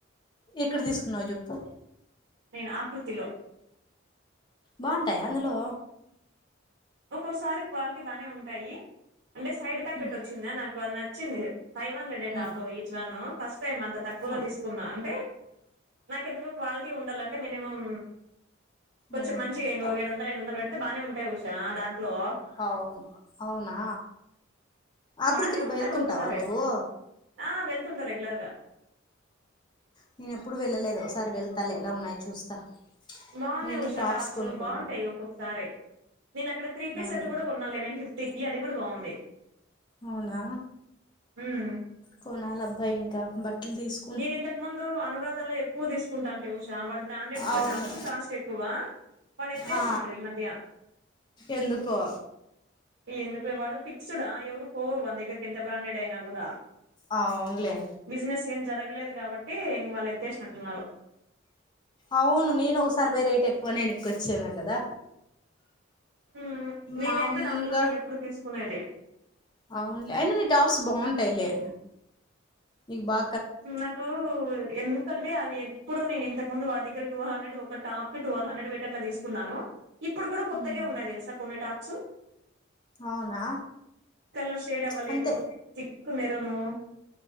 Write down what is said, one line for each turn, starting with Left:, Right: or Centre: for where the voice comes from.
Left: ఎక్కడ తీసుకున్నావు చెప్పు
Right: నేను ఆకృతిలో
Left: బొంటాయా అందులో
Right: ఒక్కోసారి క్వాలిటీ బాగానే ఉంటాయి అంటే సైడ్ ప్యాకెట్
Left: ఉమ్,
Right: వచ్చిందా నాకు అది నచ్చింది ఫైవ్ హండ్రెడ్ ఏ top
Left: ఉమ్,
Right: each one first time అంత తక్కువలో
Left: ఆ,
Right: తీసుకున్నా న్నా అంటే నాకు ఎందుకు క్వాలిటీ ఉండాలంటే మినిమం కొంచెం
Left: ఉమ్,
Right: మంచిగా ఇంకొక
Left: త-
Right: ఏడు వందలు ఎదు వందలు పెడితే బానే ఉంటాయి ఉషా దాంట్లో
Left: అవును అవునా ఆకృతికి
Right: బానే ఉంటాయి
Left: వెళ్తుంటావా
Right: ఒక్కోసారి
Left: నువ్వు
Right: ఆ వెళ్తుంటా రెగ్యులర్గా
Left: నేన ఎప్పుడుూ వెళ్ళలేదు ఒకసారి వెళ్తా ఎలా ఉన్నాయి చూస్తా
Right: బోన్నాయి
Left: నేను
Right: ఉష టాప్స్
Left: కొనుక్కోల
Right: బాగుంటాయి ఒక్కొక్కసారి నేను అక్కడ త్రీ పీస్
Left: అవును
Right: సర్ట్ కూడా కొన్నా లెవెన్ ఫిఫ్ స్టికీ అది కూడా బాగుంది
Left: అవునా
Right: ఉమ్
Left: కొనాలబ్బ ఇంకా బట్టలు తీసుక్
Right: నేన్ ఇంతక్ముందు అనురాధం ఎకువ తీసు కుంటా అంటే ఉషా వాడు బ్రాండెడ్
Left: అవును
Right: టఫస్ కాస్ట్ ఎక్కువ వాడు ఎత్తేస్తున్నాడు
Left: ఆ
Right: ఈ మధ్య
Left: ఎందుకో
Right: ఎందుకు ఇ వాడు ఫిక్సెడ్ ఎవరు పోరు వాని దగ్గరకి ఎంత బ్రాండెడ్ అయినా కూడా
Left: ఆ అవ్నులే
Right: బిజినెస్ ఏం జరగలేదు కాబట్టి ఇం వాళ్ళు ఎత్తేసినట్టున్నారు
Left: అవును నేను ఒకసారి పోయ్ రేట్ ఎక్కువ నేను ఏనాక్ వచ్చా కదా
Right: హ్మ్ నేనైతే
Left: మామూలుగా
Right: దాంట్లోనే ఎప్పుడు తీసుకునేది
Left: అవ్నులే అయినా నీ టాప్స్ బాగుంటాయిలే నీకు బా
Right: అంటే నాకు ఎందుక్ ఎందుకంటే అవి ఎప్పుడు నేను ఇంతకు ముందువాడిదగ్గర టూ హండ్రెడ్ ఒక టాప్ ట్వెల్వ్ హండ్రెడ్ పెట్టి అట్లా తీసుకున్నాను ఇప్పుడు కూడా కొత్తగే
Left: ఉమ్
Right: ఉన్నాయి తెలుసా కొన్ని టాప్స్
Left: అవునా
Right: కలర్ షేడ్ అవ్వలేదు
Left: అంతే
Right: తిక్కు మెరును